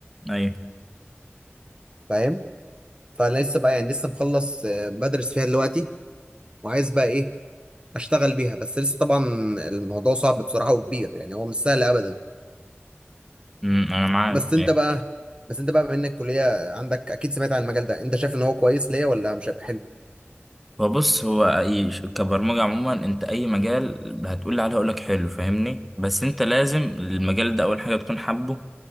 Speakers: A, in the centre; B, on the right.
A: ايوه
B: فاهم فانا لسه بقى يعني لسه مخلص آه، بدرس فيها دلوقتي وعايز بقى ايه اشتغل بيها بس لسه طبعا الموضوع صعب بصراحه وكبير يعني هو مش سهل ابدا
A: امم، انا معاك
B: بس انت
A: أيوه.
B: بقى بس انت بقى بما انك كليه عندك اكيد سمعت عن المجال ده انت شايف ان هو كويس ليا ولا مش هيبقى حلو
A: هو بص هو اي ش- كبرمجة عموما انت اي مجال هتقول لي عليه هقول لك حلو فاهمني بس انت لازم المجال ده اول حاجة تكون حابه